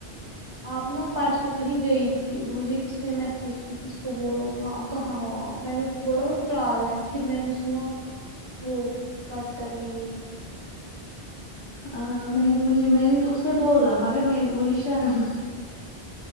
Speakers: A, on the right; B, on the left.
A: آپ نا پرسوں کہ ہی گئی تھی مجھے کس نے میسج کی تھی اس کو بولو کہاں کہاں ہو آپ میں نے اس کو بولا وہ ترال ہے پھر میں نے سنا آپ وہ کٹ کرنے گئی تھی
B: ہاں میں نے مجھے میں نے اس نے بولا مگر مجھے شرم